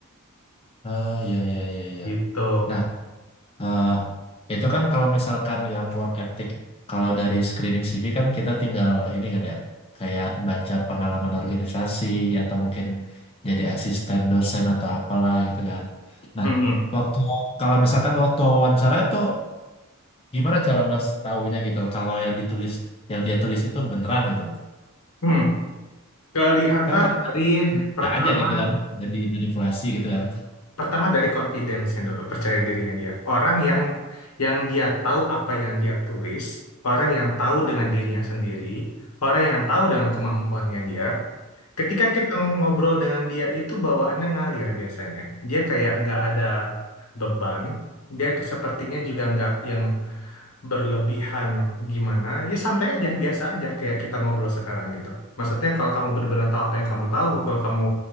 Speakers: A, on the left; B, on the left.
A: Ah ya ya ya ya.
B: Gitu.
A: Nah eh itu kan kalau misalkan yang work ethic, kalau dari screening CV kan kita tinggal ini kan ya, kayak baca pengalaman organisasi atau mungkin jadi asisten dosen atau apalah gitu kan. Nah,
B: Mm-mm.
A: waktu kalau misalkan waktu wawancara itu gimana cara Mas tahunya gitu loh, kalau yang ditulis yang dia tulis itu beneran gitu loh.
B: Hmm. Kelihatan
A: Kan kadang
B: dari
A: kan bisa
B: pertama
A: aja gitu kan, jadi manipulasi gitu kan.
B: pertama dari confidence-nya dulu, percaya dirinya dia. Orang yang yang dia tahu apa yang dia tulis, orang yang tahu dengan dirinya sendiri, orang yang tahu dengan kemampuannya dia, Ketika kita ngobrol dengan dia itu bawaannya ngalir biasanya. Dia kayak nggak ada beban. Dia ke- sepertinya juga nggak yang berlebihan gimana. Ya santai aja, biasa aja kayak kita ngobrol sekarang gitu. Maksudnya kalau kamu benar-benar tahu apa yang kamu tahu, kalau kamu